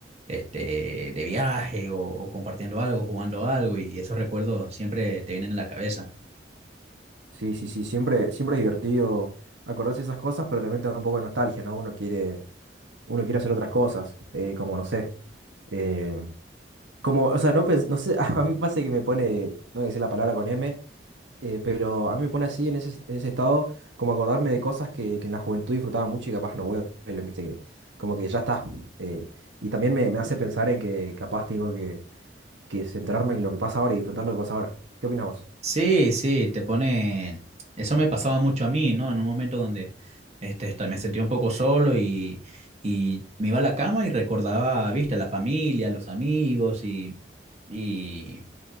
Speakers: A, on the right (about 35°); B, on the right (about 80°).
A: este, de viaje o, o compartiendo algo, jugando algo, y esos recuerdos siempre te vienen a la cabeza.
B: Sí, sí, sí, siempre, siempre es divertido acordarse de esas cosas, pero también te da un poco de nostalgia, ¿no? Uno quiere, uno quiere hacer otras cosas, eh, como no sé. eh, como, o sea, no, pens- no sé, <laughs> a mí pasa que me pone, no voy a decir la palabra con M, Eh, pero a mí me pone así en ese, en ese estado, como acordarme de cosas que, que en la juventud disfrutaba mucho y capaz no vuelven, viste, que como que ya está. eh, y también me, me hace pensar en que capaz tengo que, que centrarme en lo que pasa ahora y disfrutar lo que pasa ahora. ¿Qué opinas vos?
A: Sí, sí, te pone... Eso me pasaba mucho a mí, ¿no? En un momento donde este, esta- me sentía un poco solo y, y me iba a la cama y recordaba, viste, la familia, los amigos y, y,